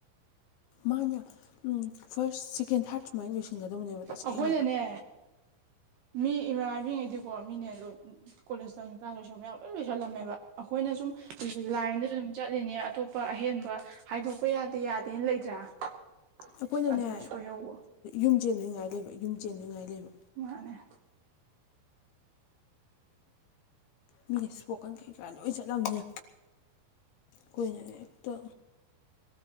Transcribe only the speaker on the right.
ꯑꯩꯈꯣꯏꯅꯅꯦ ꯃꯤ ꯏꯃꯥ ꯏꯕꯤꯉꯩꯗꯤꯀꯣ ꯃꯤꯅꯦ ꯀꯣꯂꯦꯖ ꯇꯀꯥ ꯂꯣꯏꯁꯜ ꯃꯌꯥꯝ ꯂꯣꯏ ꯂꯣꯏꯁꯜꯂꯝꯃꯦꯕ ꯑꯩꯈꯣꯏꯅ ꯑꯩꯅ ꯁꯨꯝ ꯂꯥꯏꯟꯗꯁꯨ ꯁꯨꯝ ꯆꯠꯂꯤꯅꯦ ꯑꯇꯣꯞꯄ ꯑꯍꯦꯟꯕ ꯍꯥꯏꯗꯣꯛꯄ ꯌꯥꯗꯦ ꯌꯥꯗꯦꯅ ꯂꯩꯇ꯭ꯔꯥ <unintelligible>
ꯑꯗꯨꯗ ꯁꯣꯏꯍꯧꯕ
ꯃꯥꯅꯦ